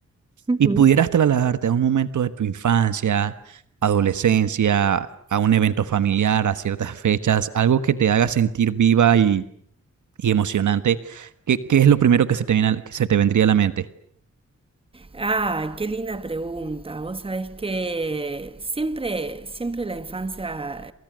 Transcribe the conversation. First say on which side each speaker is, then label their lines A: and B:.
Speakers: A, on the right; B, on the right.
A: Ujú.
B: y pudieras trasladarte a un momento de tu infancia, adolescencia, a un evento familiar, a ciertas fechas, algo que te haga sentir viva y, y emocionante, ¿qué, qué es lo primero que se te viene a la- que se te vendría a la mente?
A: Ay, qué linda pregunta. Vos sabés que siempre, siempre la infancia,